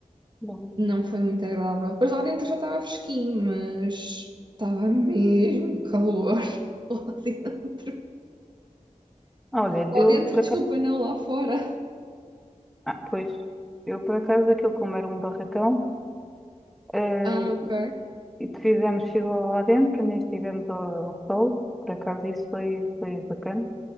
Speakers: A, in the centre; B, on the right.
A: Bom.
B: Não foi muito agradável. Depois lá dentro já estava fresquinho, mas estava mesmo calor <laughs> lá dentro.
A: Ah, Olha,
B: Lá
A: eu
B: dentro,
A: por
B: desculpa,
A: acaso.
B: não, lá fora.
A: Ah, pois. Eu por acaso, aquilo como era um barracão, eh,
B: Ah, ok.
A: e fizemos fila lá dentro, nem estivemos ao, ao sol. Por acaso, isso foi, foi bacana.